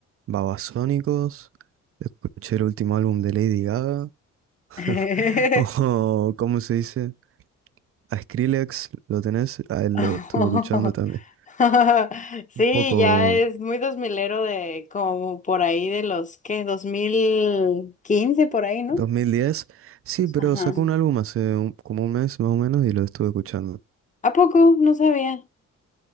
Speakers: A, on the right; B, on the left.
A: Babasónicos, escuché el último álbum de Lady Gaga,
B: <laughs>
A: <laughs> o ¿cómo se dice? A Skrillex, ¿lo tenés? A él
B: Oh.
A: lo estuve escuchando también.
B: <laughs> Sí,
A: Un poco
B: ya es muy dos milero de como por ahí de los que 2015 por ahí, ¿no?
A: 2010, sí, pero
B: Ajá.
A: sacó un álbum hace un- como un mes más o menos y lo estuve escuchando.
B: ¿A poco? No sabía.